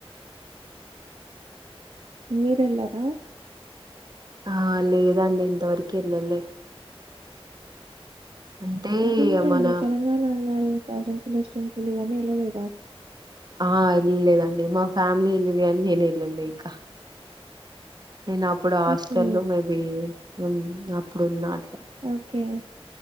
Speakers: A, on the right (about 65°); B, on the right (about 40°).
A: మీరు ఎల్లార
B: ఆ లేదండి ఇంతవరకి ఎల్లలే అంటే
A: అదేంటండి
B: మన
A: తెలంగాణ అన్నారు థౌసండ్ పిల్లర్స్ టెంపుల్ ఇవన్నీ ఎళ్ళలేదా
B: ఆ ఎళ్లలేదండి మా ఫ్యామిలీ ఎల్లిలి కాని నేన్ వెళ్ళలే ఇక నేను అప్పుడు హాస్టల్లో
A: ఉహు
B: మేబి మ్ అప్పుడున్న అట్ల
A: ఓకె